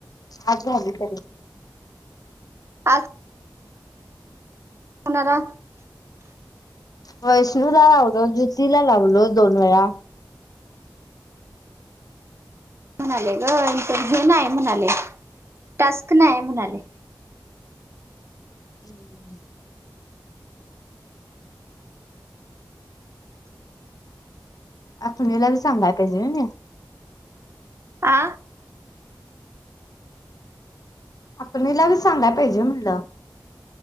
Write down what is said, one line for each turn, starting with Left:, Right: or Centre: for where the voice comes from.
Left: आज झाली तरी.
Right: आज कुणाला?
Left: वैष्णू ला लावलो, ज्योतीला लावलो दोन वेळा.
Right: म्हणाले ग इंटरव्हू नाही म्हणाले, टास्क नाही म्हणाले.
Left: हम्. सुनेला ला बी सांगायला पाहिजे त्या.
Right: आ
Left: आपणला बी सांगयला पाहिजे म्हटलं.